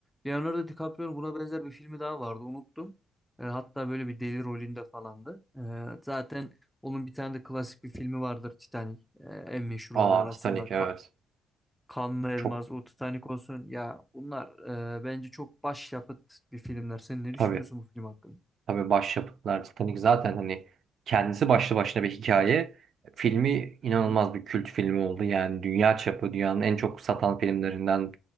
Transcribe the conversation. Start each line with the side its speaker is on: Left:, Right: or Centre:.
Centre: Leonardo DiCaprio'nun buna benzer bir filmi daha vardı, unuttum. Ee, hatta böyle bir deli rolünde falandı. Ee, zaten onun bir tane de klasik bir filmi vardır, Titanic. Ee, en meşhurlar
Right: Aa
Centre: arasında.
Right: Titanic
Centre: Ka-
Right: evet.
Centre: Kanlı Elmas,
Right: Çok
Centre: o Titanic olsun. Ya bunlar e, bence çok başyapıt bir filmler. Sen ne
Right: tabii.
Centre: düşünüyorsun bu film hakkında?
Right: Tabii başyapıtlar Titanic zaten hani kendisi başlı başına bir hikaye. Filmi inanılmaz
Centre: Hı?
Right: bir kült filmi oldu. Yani dünya çapı dünyanın en çok satan filmlerinden